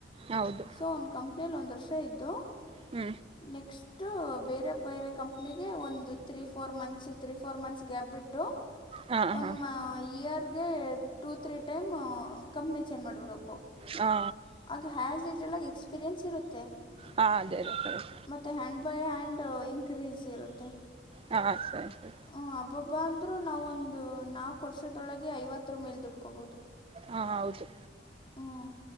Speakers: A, on the right (about 30°); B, on the left (about 25°).
A: ಹೌದು
B: ಸೊ ಒಂದ್ ಕಂಪ್ನಿಯಲ್ಲಿ ಒಂದ್ ವರ್ಷ ಇದ್ದು.
A: ಹೂ
B: ನೆಕ್ಸ್ಟ್, ಟು ಬೇರೆ ಬೇರೆ ಕಂಪ್ನಿಗೆ ಒಂದು three four months three four months gap ಬಿಟ್ಟು.
A: ಹಾ
B: ಒನ್
A: ಹಾ
B: ಇಯರ್ಗೆ two three time company change ಮಾಡಿಬಿಡ್ಬೇಕು.
A: ಹಾ
B: ಆಗ ಹ್ಯಾಸ್ ವಿಶಿಲಾಗ್ ಎಕ್ಸ್ಪೀರಿಯೆನ್ಸ್ ಇರುತ್ತೆ.
A: ಹಾ ಅದೇ ಅದೇ -
B: ಮತ್ತೆ ಹ್ಯಾಂಡ್ ಬೈ ಹ್ಯಾಂಡ್ ಇನ್ಕ್ರೀಸ್ ಇರುತ್ತೆ.
A: ಹಾ ಸರಿ ಸರಿ.
B: ಹ್ಞೂ ಹಬಬ್ಬ ಹಬಬ್ಬ ಅಂದ್ರೂ ನಾವ್ ಒಂದು ನಾಲ್ಕು ವರ್ಷದೊಳಗೆ ಐವತ್ತರು ಮೇಲೆ ದುಡ್ಕೋಬೋದು.
A: ಹಾ ಹೌದು
B: ಹ್ಞೂ